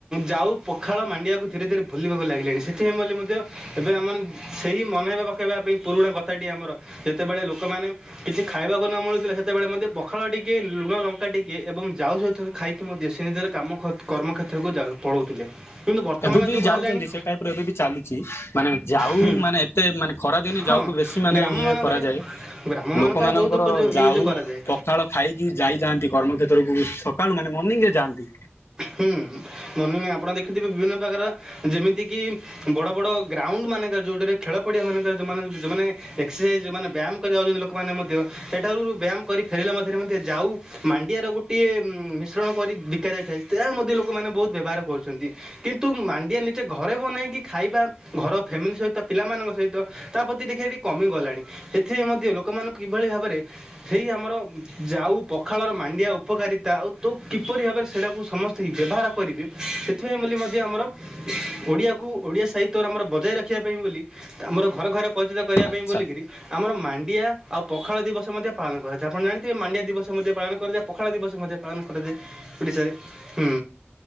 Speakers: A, on the right; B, on the left.
A: ଯାଉ ପଖାଳ ମାଣ୍ଡିଆ କୁ ଧୀରେ ଧୀରେ ଭୁଲିବାକୁ ଲାଗିଲେଣି ସେଥିପାଇଁ ବୋଲି ମଧ୍ୟ ଏବେ ଆମେ ମାନେ ସେଇ ମନେଇବା ପକେଇବା ପାଇଁ ପୁରୁଣା କଥାଟି ଆମର ଯେତେବେଳେ ଲୋକମାନେ କିଛି ଖାଇବାକୁ ନ ମିଳୁଥିଲା ସେତେବେଳେ ମଧ୍ୟ ପଖାଳ ଟିକିଏ ଲୁ ଲୁଣ ଲଙ୍କା ଟିକେ ଏବଂ ଯାଉ ସହିତ ଖାଇକି ମଧ୍ୟ ସେମିତିରେ କାମ-ଖତ୍ କର୍ମକ୍ଷେତ୍ରକୁ ଯାଉ ପଳଉଥିଲେ କିନ୍ତୁ ବର୍ତ୍ତମାନ
B: ଏବେ ବି
A: ଯୁଗ
B: ଯାଉଚନ୍ତି
A: ହେଲାଣି
B: ସେ ଟାଇପରେ ଏବେ ବି ଚାଲୁ ଚି ମାନେ ଜାଉ
A: ହୁଁ
B: ମାନେ ଏତେ ମାନେ ଖରା ଦିନେ
A: ହଁ
B: ଜାଉକୁ ବେଶୀ ମାନେ
A: ଗ୍ରାମମାନଙ୍କରେ
B: ଇଏ କରାଯାଏ ଲୋ
A: ଗ୍ରାମମାନଙ୍କରେ
B: ଲୋକମାନଙ୍କର
A: ବହୁତ ଉପଯୋଗ
B: ଜାଉ
A: ୟୁଜ୍ କରାଯାଏ
B: ପଖାଳ ଖାଇକି ଯାଇଥାନ୍ତି କର୍ମକ୍ଷେତ୍ରକୁ ସକାଳୁ ମାନେ ମର୍ଣିିଂରେ ଯା ଆନ୍ତି।
A: ହୁଁ ମନେ ନିଅ ଆପଣ ଦେଖିଥିବେ ବିଭିନ୍ନ ପ୍ରକାର ଯେମିତି କି ବଡ଼ ବଡ଼ ଗ୍ରାଉଣ୍ଡ୍ ମାନଙ୍କରେ ଯୋଉଠିରେ ଖେଳ ପଡ଼ିଆମାନଙ୍କରେ ଯୋଉମାନେ ଯୋଉମାନେ ଏକ୍ସେସାଇଜ୍ ଯୋଉମାନେ ବ୍ୟାୟାମ କରିଯାଉଚତି ଲୋ କମାନେ ମଧ୍ୟ ଏଠାରୁ ବ୍ୟାୟାମ କରି ଫେରିଲା ମଧ୍ୟରେ ମଧ୍ୟ ଜାଉ ମାଣ୍ଡିଆର ଗୋଟିଏ ମିଶ୍ରଣ କରି ଇ ବିକା ଯାଇଥାଏ ତାହା ମଧ୍ୟ ଲୋକମାନେ ବହୁତ ବ୍ୟବହାର କରୁଛନ୍ତି କିନ୍ତୁ ମାଣ୍ଡିଆ ନିଜେ ଘରେ ବନାଇକି ଖାଇବା ଘର ଫ୍ୟାମିଲି ସହିତ ପିଲାମାନଙ୍କ ସହିତ ତା ପତି ଦେଖେ ଏଠି କମି ଗଲାଣି ସେଥିଏ ମଧ୍ୟ ଲୋ କମାନୁ କିଭଳି ଭାବରେ ସେଇ ଆମର ଜାଉ ପଖାଳର ମାଣ୍ଡିଆ ଉପକାରିତା ଆଉ ତୋ କି ପରି ଭାବରେ ସେଡ଼ାକୁ ସମସ୍ତିଙ୍କି ବ୍ୟବହାର କରିବେ ସେଥିପାଇଁ ବୋଲି ମଧ୍ୟ ଆମର ଓଡ଼ିଆ କୁ ଓଡ଼ିଆ ସାହିତ୍ୟର ଆମର ବଜାୟ ରଖିବା ପାଇଁ ବୋଲି ଆମର ଘର ଘର ଉପଜିତ କରିବା
B: ଆଚ୍ଛା।
A: ପାଇଁ ବୋଲିକିରି ଆମର ମାଁ ଡିଆ ଆଉ ପଖାଳ ଦିବସ ମଧ୍ୟ ପାଳନ ମଧ୍ୟ କରାଯା ଆପଣ ଜାଣିଥିବେ ମାଣ୍ଡିଆ ଦିବସ ମଧ୍ୟ ପାଳନ କରାଯାଏ ପ ଖାଳ ଦିବସ ମଧ୍ୟ ପାଳନ କରାଯଏ। ଓଡ଼ିଶାରେ ହୁଁ